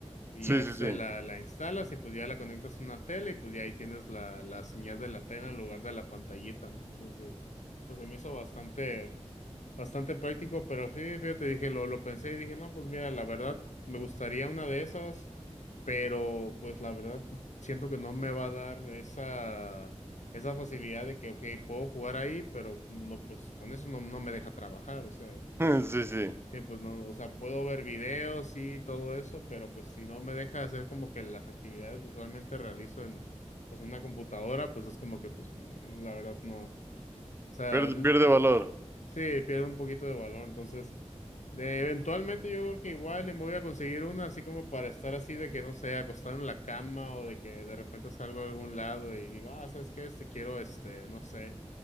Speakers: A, on the left (about 80°); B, on the right (about 20°).
A: y
B: sí,
A: ya este
B: sí, sí.
A: la, la instalas y pues ya la conectas a una tele y pues ya ahí tienes la, la señal de la tele en lugar de la pantallita, ¿no? Entonces, pues se me hizo bastante, Bastante práctico, pero sí, fíjate, dije, lo, lo pensé y dije, no, pues mira, la verdad, me gustaría una de esas, pero pues la verdad, siento que no me va a dar esa, esa facilidad de que, ok, puedo jugar ahí, pero no, pues con eso no, no me deja trabajar, o sea, no.
B: <laughs> Sí, sí.
A: Sí, pues no, o sea, puedo ver videos y todo eso, pero pues si no me deja hacer como que las actividades que usualmente realizo en, pues, una computadora, pues es como que, pues, no, la verdad, no. O sea,
B: Pierde, pierde valor.
A: Sí, pierde un poquito de valor, entonces de eventualmente yo creo que igual le voy a conseguir una así como para estar así de que no sé, acostado en la cama o de que de repente salgo a algún lado y digo, ah, ¿sabes qué? Este quiero este, no sé,